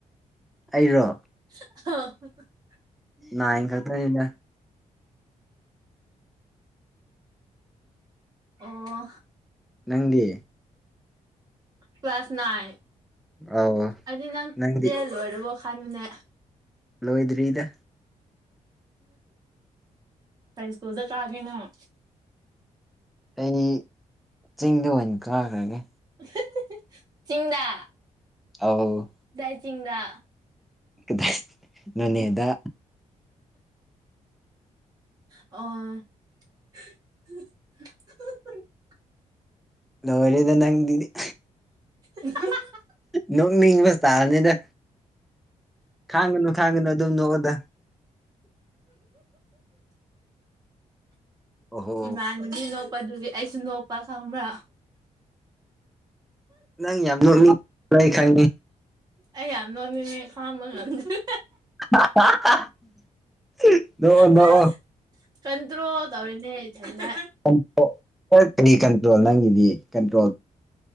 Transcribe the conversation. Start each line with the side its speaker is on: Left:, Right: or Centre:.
Centre: ꯑꯩꯔꯣ
Right: <unintelligible>
Centre: ꯅꯥꯏꯟ ꯈꯛꯇꯅꯦꯗ
Right: ꯑꯣ
Centre: ꯅꯪꯗꯤ
Right: ꯀ꯭ꯂꯂꯥꯁ ꯅꯥꯏꯟ
Centre: ꯑꯧ
Right: ꯑꯗꯨꯗꯤ ꯅꯪ
Centre: ꯅꯪꯗꯤ
Right: ꯇꯦꯟ ꯂꯣꯏꯔꯕꯣ ꯈꯥꯟꯅꯦ
Centre: ꯂꯣꯏꯗ꯭ꯔꯤꯗ
Right: ꯀꯩ ꯢꯁꯀꯨꯜꯗ ꯀꯥꯒꯦꯅꯪ
Centre: ꯑꯩꯗꯤ ꯆꯤꯡꯗ ꯑꯣꯏꯅ ꯀꯥꯈ꯭ꯔꯒꯦ
Right: ꯍꯤꯍꯤ ꯆꯤꯡꯗꯥ
Centre: ꯑꯧ
Right: ꯀꯗꯥꯢ ꯆꯤꯡꯗ
Centre: ꯀꯗꯥꯏ ꯅꯣꯅꯦꯗ
Right: ꯑꯣ <unintelligible>
Centre: ꯂꯣꯏꯔꯦꯗ ꯅꯪꯗꯤꯗꯤ
Right: <unintelligible>
Centre: ꯅꯣꯛ ꯃꯤꯡꯕ ꯇꯥꯔꯅꯤꯗ ꯈꯥꯡꯒꯅꯨ ꯈꯥꯡꯒꯅꯨ ꯑꯗꯨꯝ ꯅꯣꯛꯎꯗ ꯑꯣꯍꯣ
Right: ꯏꯃꯥꯟꯅꯕꯤ ꯅꯣꯛꯄꯗꯨꯒꯤ ꯑꯩꯁꯨ ꯅꯣꯛꯄ ꯈꯪꯕ꯭ꯔꯥ
Centre: ꯅꯪ ꯌꯥꯝ ꯅꯣꯛꯅꯤꯡ ꯑꯩ ꯈꯪꯉꯤ
Right: ꯑꯩ ꯌꯥꯝ ꯅꯣꯛꯅꯤꯡꯉꯦ ꯈꯥꯡꯕ ꯉꯝꯗꯔꯦ
Centre: <unintelligible> ꯅꯣꯛꯑꯣ
Right: ꯑꯥ ꯀꯟꯇ꯭ꯔꯣꯜ ꯇꯧꯔꯤꯅꯦ ꯏꯊꯟꯇ
Centre: ꯅꯣꯛꯑꯣ ꯀꯔꯤ ꯀꯟꯇ꯭ꯔꯣꯜ ꯅꯪꯒꯤꯗꯤ ꯀꯟꯇ꯭ꯔꯣꯜ